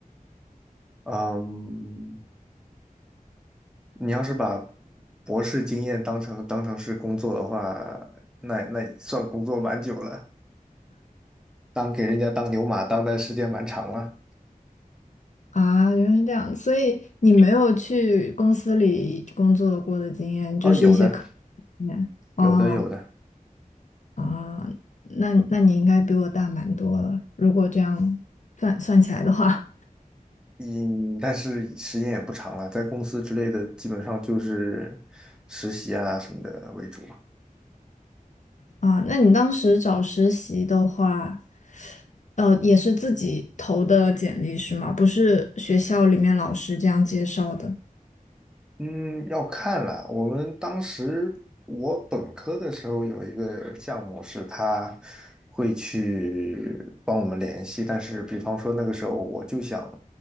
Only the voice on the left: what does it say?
啊？原来是这样，所以你没有去公司里工作过的经验，就是一些科
经验哦
啊，那那你应该比我大蛮多了，如果这样算算起来的话。
啊，那你当时找实习的话，呃，也是自己投的简历是吗？不是学校里面老师这样介绍的